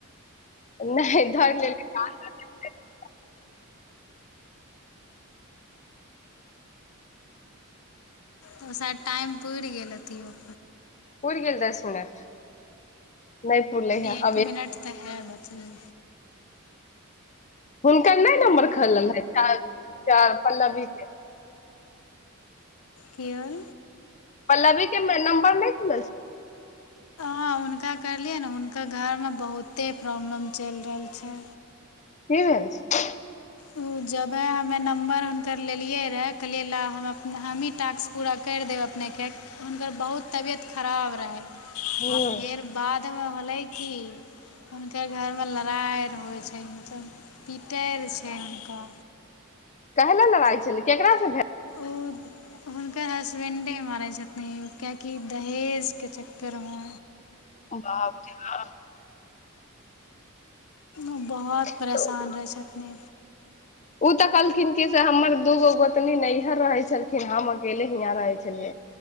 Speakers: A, on the left; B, on the left.
A: नहि धर लेले <unintelligible>
B: ऽ ओस टाइम पुरि गेल तिहो
A: उड़ गेल दस मिनट नहि पुरलै हे
B: एक
A: अभी
B: मिनट तऽ हे बचले
A: हुनकर नहि नम्बर खेलल है चार चार पल्लवी के
B: कियल
A: पल्लवीके नम्बर नहि खुल्ल छै
B: ह उनका कर लियअ ने हुनका के घर मे बहुते प्रॉब्लम चलि रहल छै
A: की भेल छै
B: ओ जब ह हमे नम्बर हुनकर लेलियै रहऽ कहलियै लऽ हम हमहीँ टास्क पूरा करि देब अपनेके हुनकर बहुत तबियत खराब रहै आ
A: ह
B: फेर बाद त हलै की हुनकर घरमे लड़ाइ होइ छै मतलब पीटैय आओर छै हाँ
A: काहले लड़ाई छले केकरा सेे
B: ओ हुनकर हसबैंडे मारै छथिन किियकि दहेजके चक्करमे
A: बापरे बाप
B: ओ बहुत परेशान
A: बाप
B: रहै छथिन
A: ओ तऽ कहलखिन कि से हमर दू गो गोतनी नैहर रहै छलखिन हम अकेले हियाँ रहै छलियै